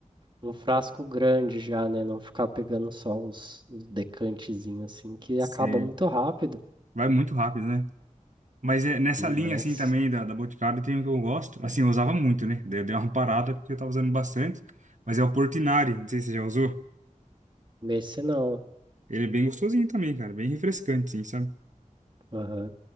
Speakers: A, on the right (about 35°); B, on the right (about 65°).
A: um frasco grande já, né? Não ficar pegando só os uns decantezinhos assim, que
B: Você
A: acaba muito rápido.
B: vai muito rápido, né? Mas é, nessa
A: Demais.
B: linha, assim, também da, da Boticário, tem um que eu gosto. Assim, eu usava muito, né? Daí eu dei uma parada porque eu tava usando bastante. Mas é o Portinari, não sei se você já usou.
A: Esse não.
B: Ele é bem gostosinho também, cara. Bem refrescante, assim, sabe?
A: Aham.